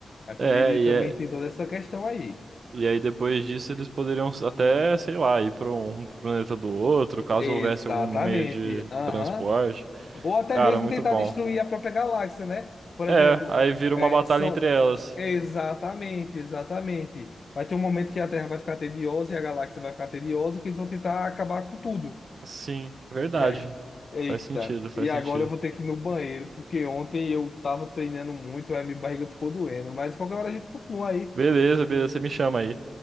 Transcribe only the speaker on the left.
Aí poderia
também
ter toda essa questão aí.
Exatamente.
Aham.
Ou até
mesmo
tentar
destruir a própria galáxia, né? Por
exemplo,
é,
são.
Exatamente, exatamente. Vai ter um momento que a Terra vai ficar tediosa e a galáxia vai ficar tediosa, que eles vão tentar acabar com tudo.
É. Eita,
e agora
eu vou ter que ir no banheiro, porque ontem eu tava treinando muito, aí minha barriga ficou doendo. Mas qualquer hora a gente continua aí.